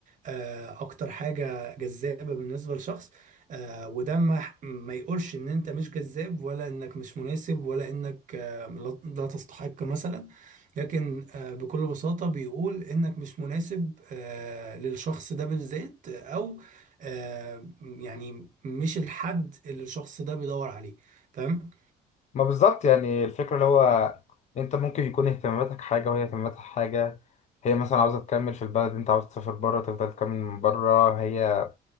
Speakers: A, on the right; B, on the left.
A: آه، اكتر حاجه جذابه بالنسبه لشخص آه، وده ما ما يقولش ان انت مش جذاب ولا انك مش مناسب ولا انك آه، لا لا تستحق مثلا لكن آه، بكل بساطه بيقول انك مش مناسب آه، للشخص ده بالذات او آه، يعني مش الحد اللي الشخص ده بيدور عليه فاهم؟
B: ما بالظبط يعني الفكره اللي هو انت ممكن يكون اهتماماتك حاجه وهي اهتماماتها حاجه هي مثلا عاوزه تكمل في البلد انت عاوز تسافر بره تفضل تكمل من بره هي